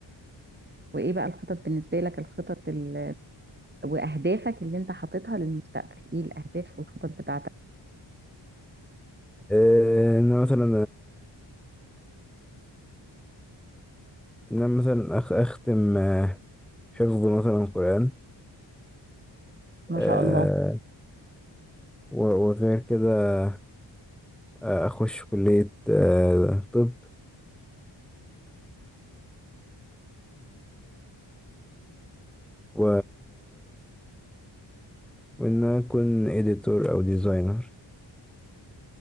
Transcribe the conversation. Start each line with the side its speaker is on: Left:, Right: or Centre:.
Right: وايه بقى الخطط بالنسبه لك الخطط ال... واهدافك اللي انت حاططها للمستقبل ايه الاهداف والخطط بتاعتك
Centre: آه، أنا مثلا إن أنا مثلا أخ أختم آه، حفظ مثلا قرآن
Right: ما
Centre: آه،
Right: شاء الله
Centre: و- وغير كده آه، أخش كلية آه، طب و... وإن أنا أكون إديتور أو ديزاينر